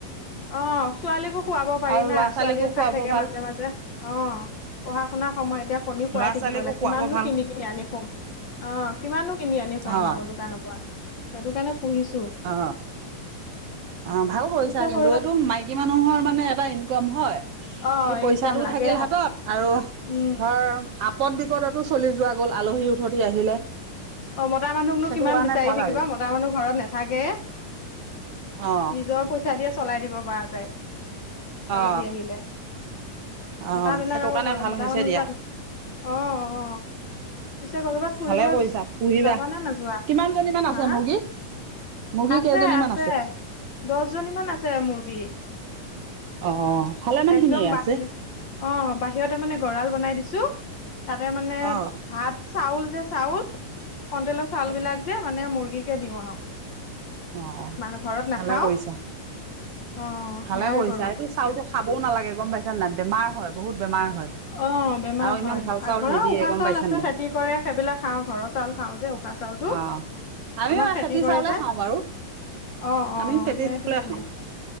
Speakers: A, on the left (about 55°); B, on the right (about 75°).
A: অ ছোৱালীকো খুৱাব পাৰি
B: আৰু
A: না
B: ল'ৰা ছোৱালীকো
A: ছোৱালীও
B: খুৱাব
A: খাই থাকে
B: ভাল
A: মাজে মাজে অ পঢ়া পঢ়া শুনা সময় এতিয়া কণী খুৱাই
B: ল'ৰা
A: থাকিব
B: ছোৱালীকো
A: লাগে
B: খুৱাব
A: কিমাননো
B: ভাল।
A: কিনি কিনি আনি খোম অ কিমানো কিনি আনি খুৱাম
B: অ
A: আৰু দোকানৰ পৰা সেইটো কাৰণে পুহিছো
B: অ অ ভাল কৰিছা
A: পিছে
B: কিন্তু
A: সৰু
B: এইটো মাইকী মানুহৰ মানে এটা ইনকম হয়
A: অ
B: স পইচাটোও
A: ইনকাম লাগে
B: থাকিল হাতত আৰু ধৰ
A: উম
B: আপদ বিপদতো চলি যোৱা গ'ল আলহী উঠতি আহিলে
A: অ মতা মানুহকনো
B: সেইটো
A: কিমান
B: কাৰণে
A: বিচাৰি
B: ভাল
A: থাকিবা
B: আৰু
A: মতা মানুহ ঘৰত নাথাকে
B: অ
A: নিজৰ পইচা দিয়ে চলাই দিব পৰা যায় আলহী
B: অ
A: আহিলে
B: অ
A: মতা বিলাক
B: সেইটো
A: আকৌ
B: কাৰণে
A: ঘৰৰ
B: ভাল
A: মতা
B: হৈছে
A: মানুহ
B: দিয়া।
A: বিলাক অ অ পিছে কৰবাত ফুৰিব
B: ভালে কৰিছা পুহিবা
A: যাৱা নে নাযোৱা
B: কিমান জনী মান আছে
A: হা
B: মুৰ্গী মুৰ্গী
A: আছে
B: কেইজনী
A: আছে
B: মান
A: দহ জনী মান আছে মুৰ্গী <unintelligible>
B: অ ভালে মান
A: একদম
B: খিনিয়ে
A: বাহিৰ
B: আছে
A: অ বাহিৰতে মানে গঁৰাল বনাই দিছো তাতে মানে
B: অ
A: ভাত চাউল যে চাউল কণটলৰ চাউল
B: অ
A: বিলাক যে মানে মুৰ্গীকে দিওঁ আৰু
B: অ
A: মানুহ ঘৰত নাখাও
B: ভালে কৰিছা
A: অ
B: ভালে
A: সেয়াই
B: কৰিছা
A: কৰো
B: এইটো চাউলো খাবও নালাগে গম পাইছা নে বেমাৰ হয় বহুত বেমাৰ হয়,
A: অ বেমাৰ
B: আৰু
A: হয়
B: ইমান ভাল চাউল
A: ঘৰৰ
B: নিদিয়ে
A: উশাহ
B: গম
A: চাউল
B: পাইছে
A: আছে
B: নাই
A: খেতি কৰে সেইবিলাক খাওঁ ঘৰৰ চাউল খাওঁ যে উশাহ চা <unintelligible> চাউলতটো
B: অ আমিও
A: আমাৰ খেতি কৰে
B: চাউলে
A: যে,
B: খাওঁ বাৰু
A: অ অ
B: আমি খেতি
A: সেইটো
B: চাউলে
A: কাৰণে
B: খাওঁ